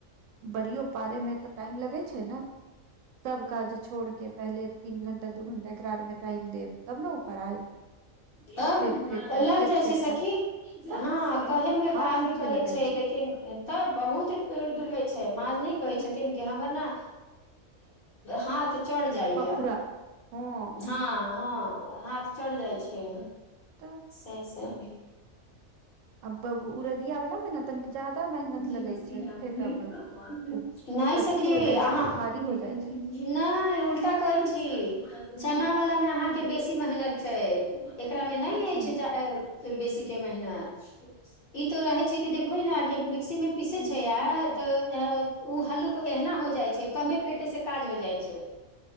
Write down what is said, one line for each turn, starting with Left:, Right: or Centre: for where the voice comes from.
Right: बड़ियो पारै मे तऽ टाइम लगैत छै ने सब काज छोड़ के पहिले तीन घंटा दू घंटा एकरा आर मे टाइम देब तब ने ऊपर आयत
Left: तब
Right: फेट फेट क
Left: लग
Right: फेट
Left: जाइ छै
Right: फेट
Left: सखी
Right: क तऽ
Left: हँ कहे मे त
Right: हाथ
Left: आदमी
Right: दुखे
Left: कहे
Right: लगै
Left: छै लेकिन एतऽ बहुत दुखे छै माज़ नय कहे
Right: तऽ
Left: छथिन कि हमर न हाथ चढ़ जाइया
Right: पाखुरा हँ
Left: हँ हँ हाथ चड़ि जाइ छै
Right: तऽ
Left: से से हू
Right: अब उरदिया वाला मे ने तनिक जादा मेहनत
Left: <unintelligible>
Right: लगै छै फेटय मे उ
Left: नय
Right: कठिल
Left: सखी
Right: हो जाइ
Left: अहाँ
Right: छै ने भारी
Left: नय
Right: हो जाइ छै
Left: उल्टा कहै छी चना
Right: ह
Left: वला मे अहाँके बेसी मेहनत छै एकरा मे नय
Right: अच्छा
Left: अछि ज ये त बेसी के मेहनत ई तो रहे छै कि देखबै ने कि मिक्सी मे पीसे छै आ तऽ ओ हल्लुक एहिना हो जाइ छै कमे फेटे से काज हो जाइ छै